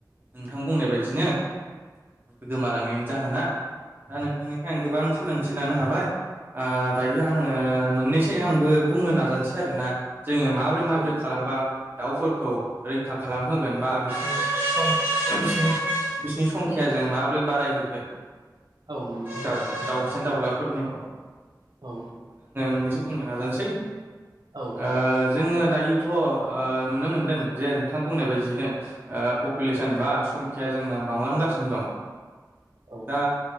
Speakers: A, on the right (about 30°); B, on the right (about 70°).
A: नोंथां बुंनाय बायदिनो गोमालांनायनि जाहोना। दा नोंथांनिफ्राय आं गोबां सोलोंथि लानो हाबाय ओ दायो आङो मोननैसै आंबो बुंनो नाजानोसै आरोना जोङो माब्रै-माब्रै
B: औ
A: खालामबा दाउफोरखौ रैखा खालामहोगोन बा बिसिनि सं बिसिनि बिसिनि संखियाजों माबोरै बारायहोगोन।
B: औ नंगौ नोंथां
A: दउ
B: नंगौ
A: दाउसिन दाउलाफोरनिखौ
B: औ।
A: फंनैसो बुंनो नाजानोसै
B: औ
A: ओ जोङो दायोथ' ओ नुनो मोनदों जे नोंथां बुंनाय बायदियैनो पपुलेसन
B: औ
A: बा स खिया जोंना बांलांगासिनो दं
B: औ
A: दा